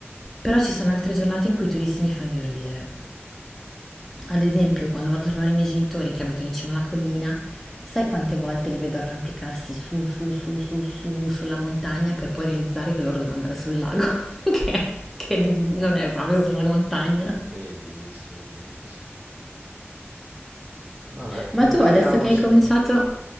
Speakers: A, in the centre; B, on the right (about 40°).
A: Però ci sono altre giornate in cui i turisti mi fanno di ridere. Ad esempio, quando vado a trovare i miei genitori che abitano in cima alla collina, sai quante volte li vedo arrampicarsi su, su, su, su, su, sulla montagna per poi realizzare che loro dovevano andare sul lago, <laughs> che, che non è proprio sulla montagna.
B: Bellissimo, bellissimo. Vabbè,
A: Ma
B: prepariamoci
A: tu adesso che hai cominciato,
B: che...